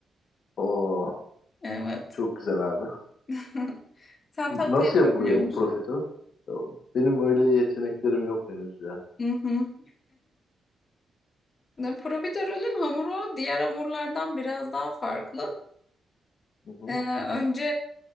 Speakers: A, on the left; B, on the left.
A: Oo,
B: Evet.
A: çok güzel abi.
B: <laughs> Sen
A: Nasıl
B: tatlı yapabiliyor
A: yapılıyor bu
B: musun?
A: profiterol? Ya, Benim öyle yeteneklerim yok henüz ya.
B: Hı hı. Ne, Profiterolün hamuru diğer hamurlardan biraz daha farklı.
A: Hı hı,
B: Ee, önce